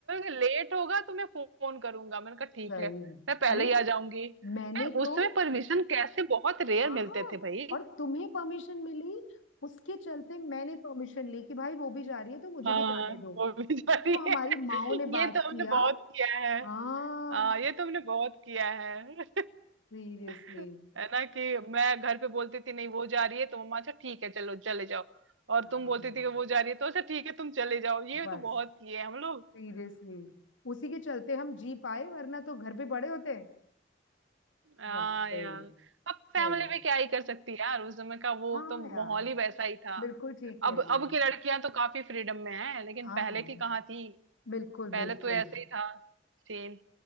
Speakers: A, on the right; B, on the left.
A: लेट होगा तो मैं फोन करूंगा मैंने कहा ठीक
B: सही
A: है
B: में।
A: मैं पहले
B: अरे
A: ही आ जाऊंगी
B: मैंने
A: नहीं,
B: तो
A: उसमें परमिशन कैसे बहुत रेयर
B: हाँ
A: मिलते थे भाई
B: और तुम्हें परमिशन मिली उसके चलते मैंने परमिशन ली कि भाई वो भी जा रही है तो मुझे
A: हाँ
B: भी जाने दो
A: वो भी सही
B: तो हमारी
A: है <laughs>
B: माओ ने
A: ये
B: बात
A: तो हमने
B: किया
A: बहुत किया है
B: हाँ
A: हाँ ये तो हमने बहुत किया है
B: सीरियसली
A: <laughs> है ना कि मैं घर पे बोलती थी नहीं वो जा रही है तो मम्मा अच्छा ठीक है चलो चले जाओ और
B: हाँ
A: तुम बोलती थी कि वो जा रही है तो अच्छा ठीक है तुम चले जाओ ये
B: बस
A: तो बहुत किए हैं हम लोग
B: सीरियसली उसी के चलते हम जी पाए वरना तो घर पे पड़े होते
A: हाँ
B: वाकई
A: यार अब फैमिली
B: सही
A: भी क्या ही कर सकती है यार उस समय का वो
B: हाँ
A: तो
B: यार
A: माहौल ही वैसा ही था
B: बिल्कुल ठीक कह
A: अब
B: रही
A: अब
B: है
A: की लड़कियां तो काफी फ्रीडम में है लेकिन
B: हाँ
A: पहले
B: हाँ हाँ,
A: की कहाँ थी
B: बिल्कुल
A: पहले
B: बिल्कुल
A: तो ऐसे ही था सेम